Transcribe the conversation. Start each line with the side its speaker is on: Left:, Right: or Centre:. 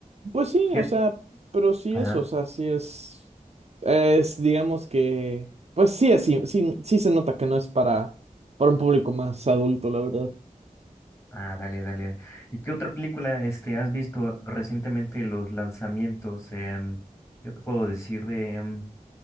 Right: Pues sí,
Left: Fíjate.
Right: o sea, pero sí
Left: Ajá.
Right: es, o sea, sí es, es, digamos que, pues sí es, sí, sí, sí se nota que no es para, para un público más adulto, la verdad.
Left: Ah, dale, dale. ¿Y qué otra película este has visto recientemente los lanzamientos? Em, yo te puedo decir de, em,